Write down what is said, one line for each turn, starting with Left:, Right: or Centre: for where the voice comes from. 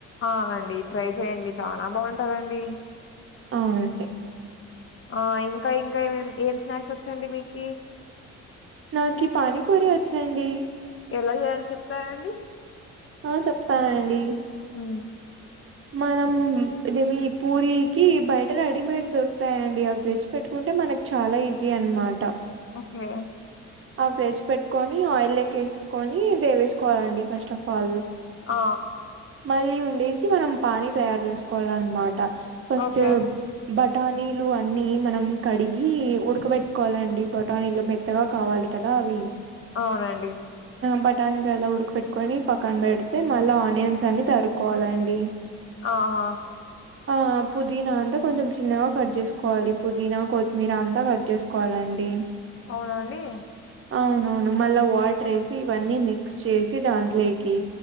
Left: ఆ అండి ట్రై చెయండి చనా బాగుంటదండి
Right: ఆ అండి
Left: ఆ ఇంకా ఇంకా ఏమే ఏం స్నాక్స్ వచ్చండి మీకి
Right: నాకి పానీపూరి వచ్చాండి
Left: ఎలా చేయాలి చెప్తారాండి
Right: ఆ చెప్తానండి
Left: ఉ
Right: మనం ఇదే మీ పూరికి బయట రెడీమేడ్ దొరుకుతాయండి అ తెచ్చి పెట్టుకుంట అంటే మనకు చాలా ఈజీ అనమాట
Left: ఓకే
Right: ఆ తెచ్చి పెట్టుకొని ఆయిల్క్క వేసేసుకొని వే వేసుకోవాలండి ఫస్ట్ ఆఫ్ ఆల్
Left: ఆ
Right: మళ్ళీ ఉండేసి మనం పానీ తయారు చేసుకోవాల అన్నమాట ఫస్ట్
Left: ఓకే
Right: బ టానీలు అన్ని మనం కడిగి ఉడకబెట్టుకోవాలండి బటానీలు మెత్తగా కావాలి కదా అవి
Left: అవునండి
Right: బఠానీలు ఎలా ఉడకి పెట్కొని పక్కన పెడితే మళ్ళీ ఆనియన్స్ అని తరుకోవాలండి
Left: ఆహ
Right: ఆ పుదీనా అంతా కొంచెం చిన్నగా కట్ చేసుకోవాలి పుదీనా కొత్తిమీర అంతా కట్ చేసుకోవాలి అండి
Left: అవునండి
Right: అవునవును మళ్ళీ వాటర్ వేసి ఇవన్నీ మిక్స్ చేసి దాంట్లోకి,